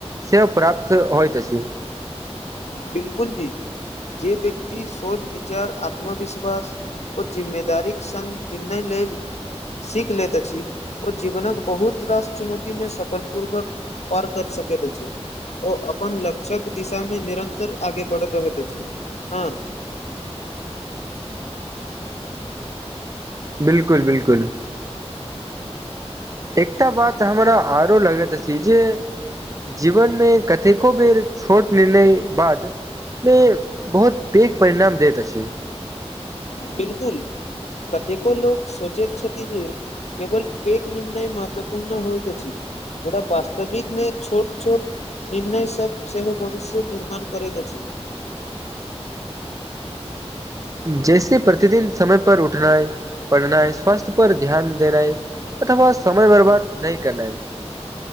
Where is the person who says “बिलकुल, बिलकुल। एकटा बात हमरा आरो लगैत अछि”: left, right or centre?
Right